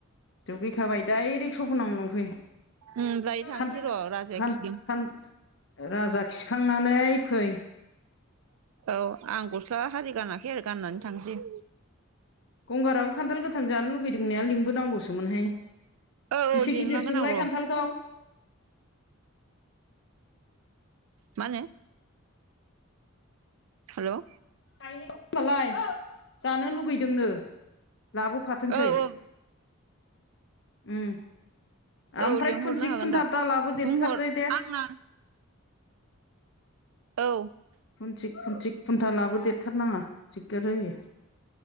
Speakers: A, on the left; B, on the right.
A: दुगैखाबाय डाइरेक्ट सफना मोननावफै
B: उम दायो थांसै
A: खान
B: र' राजाया
A: खान
B: खिदों
A: खान राजा खिखांनानै फै।
B: औ आं गस्ला आरि गानाखै आरो गाननानै थांसै
A: गंगाराबो खान्थाल गोथां जानो लुगैदों होननाया लिंबो नांगौसोमोनहाय
B: औ औ
A: बेसे
B: लिंलांगोन
A: गिदिर सोंलाय
B: आं र'
A: खान्थालखौ
B: माने हेल'
A: होनबालाय जानो लुगैदोंनो लाबोफा थोंसै
B: औ
A: ओम
B: औ
A: ओमफ्राय
B: लिंहरनो
A: खुन्थि
B: हागोन
A: खुन्था
B: दा
A: दालाबो देरथारदो
B: बुंहर
A: देस
B: आंना औ
A: खुनथिग खुुनथिक खुन्था लाबो देरथारनाङा दिगदार जायो